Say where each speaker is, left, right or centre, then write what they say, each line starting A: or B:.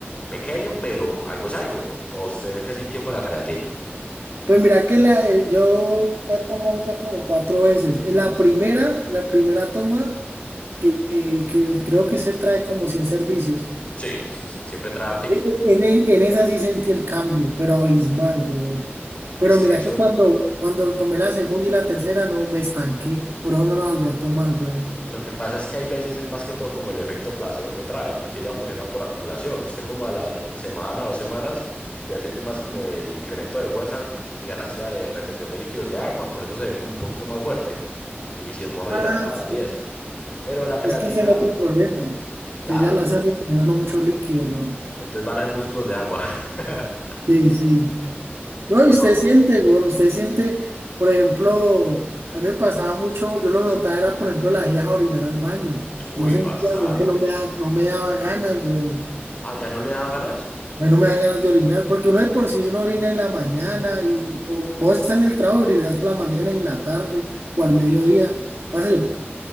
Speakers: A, on the left; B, on the right.
A: pequeño, pero algo es algo. ¿O usted qué sintió con la creatina?
B: Pues mira que la, eh, yo la tomo ya como cuatro veces. En la primera, la primera toma, que, que que creo que se trae como 100 servicios.
A: Sí, sí, se- siempre trae artículo.
B: E- e- En, e- en esa sí sentí el cambio, pero abismal, weón.
A: Es
B: Pero
A: que
B: mira
A: eso.
B: que cuando, cuando tomé la segunda y la tercera, no me estanqué. Por eso no la volví a tomar, weón.
A: Lo que pasa es que hay veces es más que todo como el efecto placebo que trae, porque ya funcionan por acumulación. Usted como a la semana, dos semanas, ya siente más como el incremento de fuerza y ganancia de retención de líquidos de agua, por eso se ve como un poquito más fuerte. Y si es monohidrata
B: Ah, sí.
A: y eso. Pero la creatina,
B: Es que ese era otro problema.
A: claro,
B: Que ya la hace retener a uno mucho líquido, weón.
A: entonces van a haber músculos de agua. <laughs>
B: Sí, sí. No,
A: Compa-
B: y usted siente, weón, usted siente, por ejemplo, a mí me pasaba mucho, yo lo notaba era, por ejemplo, la a orinar al baño.
A: Uy,
B: Yo sentía,
A: bastante.
B: weón, que no me daba, no me daba ganas, weón.
A: Ah, ¿ya no le dan ganas?
B: Ya no me da ganas de orinar, porque uno de por sí uno orina en la mañana y o vos estás en el trabajo y orinas por la mañana y en la tarde o al mediodía. Pasa yo puedo